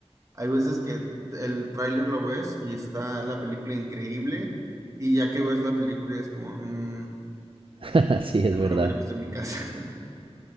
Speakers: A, on the right; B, on the right.
A: Hay veces que el tráiler lo ves y está la película increíble y ya que ves la película es como, "Mm,
B: Así
A: mejor
B: es verdad.
A: la hubiera visto en mi casa. <laughs>